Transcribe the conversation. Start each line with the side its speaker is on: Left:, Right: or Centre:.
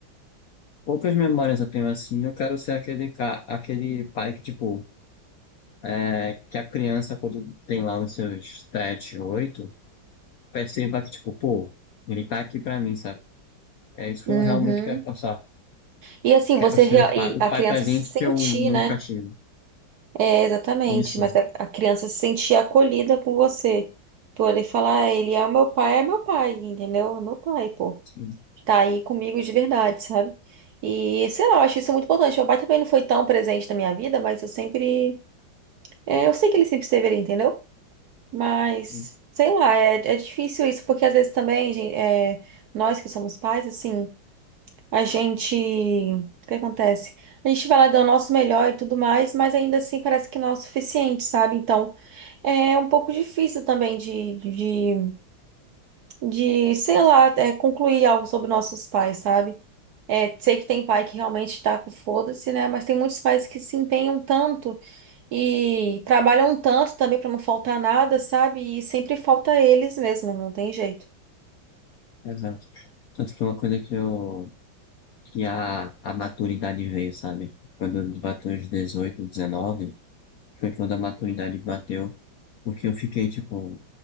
Left: Poucas memórias eu tenho assim. Eu quero ser aquele, ca- aquele pai que, tipo, é, que a criança, quando tem lá os seus sete, oito, perceba que, tipo, pô, ele tá aqui pra mim, sabe? É isso
Right: Uhum.
Left: que eu realmente quero passar.
Right: E, assim,
Left: Quero
Right: você...
Left: ser
Right: rea- E
Left: pai- o
Right: a
Left: pai
Right: criança
Left: presente
Right: se sentir,
Left: que eu nunca
Right: né?
Left: tive.
Right: É, exatamente.
Left: Isso,
Right: Mas a a criança se sentir acolhida com você. Pô, ele falar, "Ah, ele é meu pai, é meu pai, entendeu? É meu pai, pô.
Left: sim,
Right: Tá aí comigo de verdade, sabe? E, sei lá, eu acho isso muito importante. Meu pai também não foi tão presente na minha vida, mas eu sempre... é, eu sei que ele sempre esteve ali, entendeu? Mas,
Left: sim,
Right: sei lá, é, é difícil isso, porque às vezes também, gen- é, nós que somos pais, assim, a gente. O que acontece? A gente vai lá dar o nosso melhor e tudo mais, mas ainda assim parece que não é o suficiente, sabe? Então, é um pouco difícil também de, de, de sei lá, é, concluir algo sobre nossos pais, sabe? É, sei que tem pai que realmente tá com foda-se, né? Mas tem muitos pais que se empenham tanto. E trabalham tanto também para não faltar nada, sabe? E sempre falta eles mesmo, não tem jeito.
Left: exato. Tanto que é uma coisa que eu, que a, a maturidade veio, sabe? Quando eu bateu os 18 19 foi quando a maturidade bateu, porque eu fiquei, tipo,